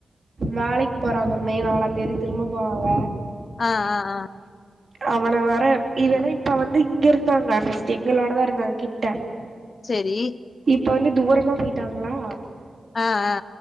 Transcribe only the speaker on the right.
வேலைக்கு போறாங்க மே நாளாந்தேதி திரும்ப போறாங்க
அவன வேற இவனா இப்ப வந்து இங்க இருந்தாங்க ஃபஸ்ட்டு எங்களோடதா இருந்தாங்க கிட்ட
இப்ப வந்து தூரமா போயிட்டாங்ளா